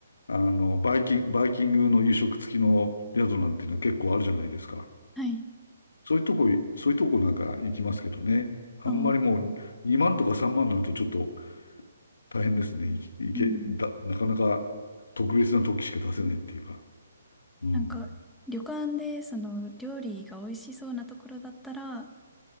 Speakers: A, on the left; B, in the centre.
A: あの、バイキン、バイキングの夕食付きの宿なんていうのは結構あるじゃないですか。
B: はい。
A: そういうとこ、そういうとこなんか行きますけどね。あんまりもう2万とか3万になるとちょっと
B: あ
A: 大変ですね。いいけ、
B: うん。
A: だ、なかなか特別な時しか出せないっていうか。うん。
B: なんか旅館でその料理が美味しそうなところだったら、